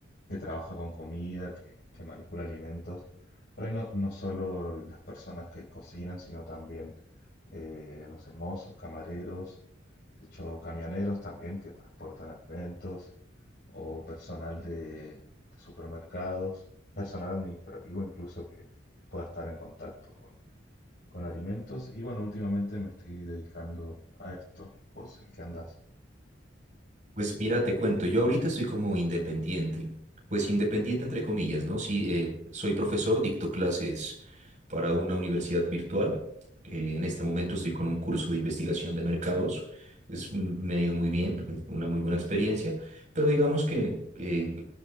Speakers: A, on the left (about 55°); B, on the right (about 40°).
A: que trabaja con comida, que, que manipula alimentos. Por ahí no, no solo las personas que cocinan, sino también, eh, no sé, mozos, camareros, de hecho, camioneros también que transportan alimentos, o personal de, de supermercados, personal administrativo incluso que, que pueda estar en contacto con, con alimentos. Y bueno, últimamente me estoy dedicando a esto. ¿Vos en qué andás?
B: Pues mira, te cuento, yo ahorita estoy como independiente, pues independiente entre comillas, ¿no? Sí, eh, soy profesor, dicto clases para una universidad virtual. Eh, en este momento estoy con un curso de investigación de mercados. Es, un- me ha ido muy bien, es una muy buena experiencia, pero digamos que eh,